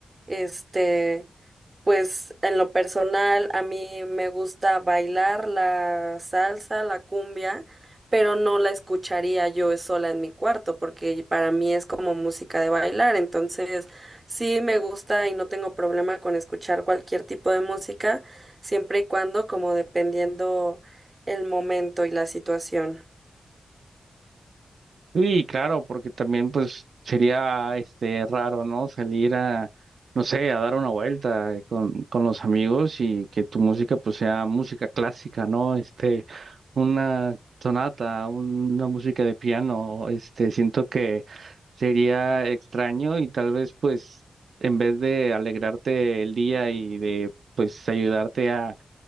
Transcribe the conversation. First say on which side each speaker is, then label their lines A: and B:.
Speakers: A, on the right; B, on the right.
A: este, pues en lo personal a mí me gusta bailar la salsa, la cumbia, pero no la escucharía yo sola en mi cuarto, porque para mí es como música de bailar, entonces... Sí, me gusta y no tengo problema con escuchar cualquier tipo de música, siempre y cuando, como dependiendo el momento y la situación.
B: Sí, claro, porque también pues sería este raro, ¿no? Salir a, no sé, a dar una vuelta eh, con, con los amigos y que tu música pues sea música clásica, ¿no? Este, una sonata, un- una música de piano, este, siento que sería extraño y tal vez pues en vez de alegrarte el día y de pues ayudarte a